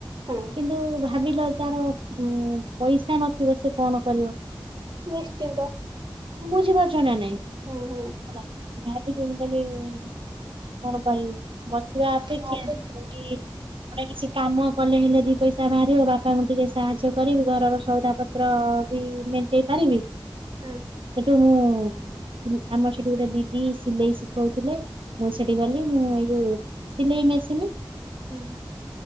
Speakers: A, on the right; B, on the right.
A: ହୁଁ
B: କିନ୍ତୁ ଭାବିଲ ଯାର ଉଁ ପଇସା ନଥିବ। ସେ କଣ କରିବ?
A: ନିଶ୍ଚିନ୍ତ।
B: ବୁଝିପାରୁଛ ନା ନାଇଁ?
A: ହୁଁ ହୁଁ।
B: ହେଲା ଭାବିିଲି ମୁଁ କହିଲି, କଣ କରିବି? ବସିବା ଅପେକ୍ଷା
A: ହୁଁ
B: କୋଉଠି ଗୋଟେ କିଛି କାମ କଲେ ହେଲେ ଦି ପଇସା ବାହାରିବ। ବାପାଙ୍କୁ ଟିକେ ସାହାଯ୍ୟ କରିବି। ଘରର ସଉଦା ପତ୍ର ବି ମେଣ୍ଟେଇ ପାରିବି।
A: ହୁଁ।
B: ସେଠୁ ମୁଁ ଉହୁ ଆମର ସେଠି ଗୋଟେ ଦିଦି ସିଲେଇ ଶିଖଉଥିଲେ, ମୁଁ ସେଠି ଗଲି। ମୁଁ ଏଇ ଯୋଉ ସିଲେଇ ମେସିନ।
A: ହୁଁ